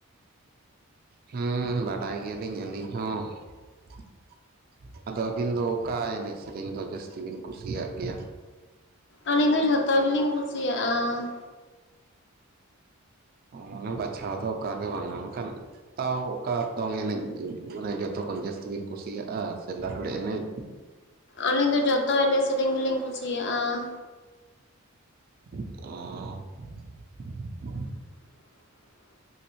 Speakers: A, on the right; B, on the left.
A: ᱦᱩᱸ ᱵᱟᱰᱟᱭ ᱜᱮᱭᱟᱞᱤᱧ ᱟᱹᱞᱤᱧ ᱦᱚᱸ ᱾ ᱟᱫᱚ ᱟᱹᱵᱤᱱ ᱫᱚ ᱚᱠᱟ ᱮᱱᱮᱡ ᱥᱮᱨᱮᱧ ᱫᱚ ᱡᱟᱹᱥᱛᱤ ᱵᱤᱱ ᱠᱩᱥᱤᱭᱟᱜ ᱜᱮᱭᱟ?
B: ᱟᱹᱞᱤᱧ ᱫᱚ ᱡᱷᱚᱛᱚ ᱜᱮᱞᱤᱧ ᱠᱩᱥᱤᱭᱟᱜᱼᱟ ᱾
A: ᱢᱟᱱᱮ ᱵᱟᱪᱷᱟᱣ ᱫᱚ ᱚᱠᱟ ᱜᱮ ᱵᱟᱝᱟ, ᱢᱮᱱᱠᱷᱟᱱ ᱛᱟᱣ ᱚᱠᱟ ᱫᱚᱝ ᱮᱱᱮᱡ ᱢᱟᱱᱮ ᱡᱚᱛᱚ ᱠᱷᱚᱱ ᱡᱟᱹᱥᱛᱤ ᱵᱤᱱ ᱠᱩᱥᱤᱭᱟᱜᱼᱟ ᱥᱮ ᱞᱟᱜᱽᱲᱮ ᱮᱱᱮᱡ?
B: ᱟᱹᱞᱤᱧ ᱫᱚ ᱡᱚᱛᱚ ᱮᱱᱮᱡ ᱥᱮᱨᱮᱧ ᱜᱮᱞᱤᱧ ᱠᱩᱥᱤᱭᱟᱜᱼᱟ ᱾
A: ᱚᱻ ᱾
B: <inaudible>